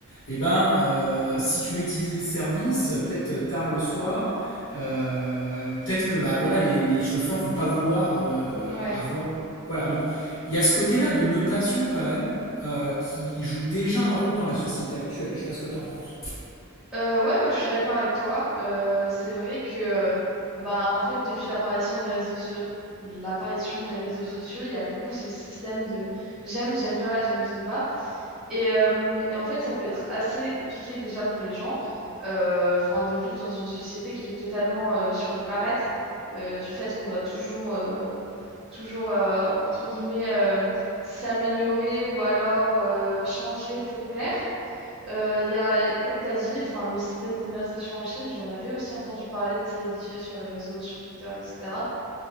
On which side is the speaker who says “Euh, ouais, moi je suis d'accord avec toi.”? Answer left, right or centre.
Centre